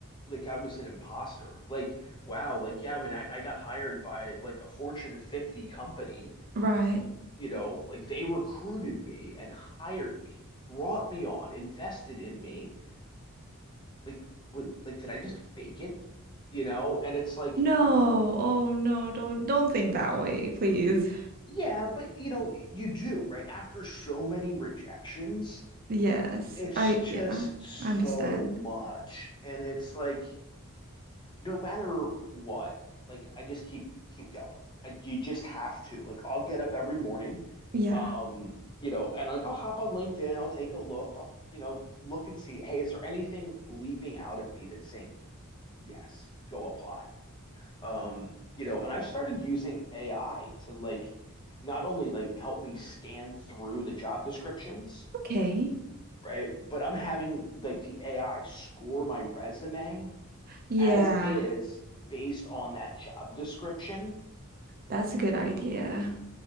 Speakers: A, on the left (about 20°); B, on the right (about 40°).
A: like I was an imposter. Like, wow, like, yeah, I mean, I, I got hired by like a Fortune 50 company
B: Right.
A: You know, like they recruited me and hired me, brought me on, invested in me. Like, what, like did I just fake it? You know, and it's like,
B: No. Oh no, don't don't think that way, please.
A: yeah, but you know, you do, right? After so many rejections,
B: Yes.
A: it's
B: I
A: just
B: yeah, I
A: so
B: understand.
A: much. And it's like, no matter what, like I just keep keep going. Like you just have to. Like I'll get up every morning,
B: Yeah.
A: um, you know, and like I'll hop on LinkedIn, I'll take a look, I'll you know look and see, hey, is there anything leaping out at me that's saying yes, go apply? Um, you know, and I've started using AI to like not only like help me scan through the job descriptions,
B: Okay.
A: right? But I'm having like the AI score my resume
B: Yeah,
A: as is based on that job description.
B: that's a good idea.